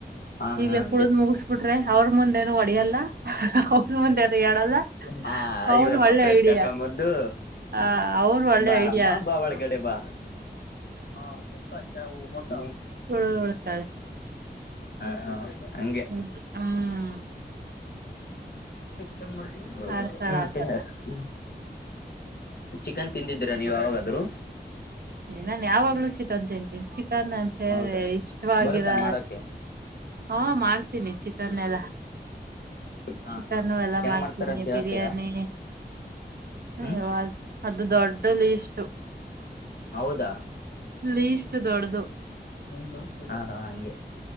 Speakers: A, on the left (about 65°); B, on the right (about 65°).
A: ಹಾ
B: ಈಗ್ಲೇ
A: ಹಾ ಹಂಗೆ
B: ಕುಳ್ದ್ ಮುಗಿಸಬಿಟ್ರೆ ಅವ್ರ ಮುಂದೇನು ಹೊಡಿಯಲ್ಲ ಹ ಮಂದೆ ಅದ ಹೇಳಲ್ಲ
A: ಹ
B: ಅವ್ರ
A: ಇವ ಸಪ್ರೇಟ್
B: ಒಳ್ಳೆ ಐಡಿಯಾ
A: ಕರ್ಕೊಂಡ್ ಬಂದು
B: ಆ ಅವರು ಒಳ್ಳೆ
A: ಬಾರಮ್ಮ
B: ಐಡಿಯಾ
A: ಬ ಬಳಗಡೆ ಬಾ ಹಾ ಸ ಮಟ
B: ಉಳ್ತಾಳೆ
A: ಹಾ ಹ ಹಗೆ
B: ಹ್ಮ್ ಹ್ಮ್
A: ಹ್ಮಕ್ಷ
B: ಆಡ್ತಾಳ
A: ಮತ್ತೆ್ಮ
B: ಆತರ
A: ಚಿಕನ್ ತಿಂದಿದ್ದೀರಾ ನೀವು ಯಾವಾಗಾದ್ರೂ
B: ನಾನನ್ ಯಾವಾಗ್ಲೂ ಚಿಕನ್ ತಿಂತೀನಿ ಚಿಕನ್ ಸರಿ
A: ಹೌದಾ
B: ಇಷ್ಟವಾಗಿರ
A: ಬರುತ್ತಾ ಮಾಡಕ್ಕೆ
B: ಹಾ ಮಾಡ್ತೀನಿ ಚಿಕನ್ ಎಲ್ಲ
A: ಹಾ
B: ಚಿಕನ್ನು
A: ಹಾ
B: ಎಲ್ಲ
A: ಹೆಂಗ್
B: ಮಾಡ್ತೀನಿ
A: ಮಾಡ್ತಾರ ಅಂತ
B: ಬಿರಿಯಾನಿ
A: ಹೇಳ್ತೀರಾ
B: ಹ
A: ಹ್ಮ್
B: ಅದು ದೊಡ್ ಡ ಲೀಸ್
A: ಹೌದಾ
B: ಲೀಸ್ಟ್ ದೊಡ್ಡದು
A: ಹ ಹಗೆ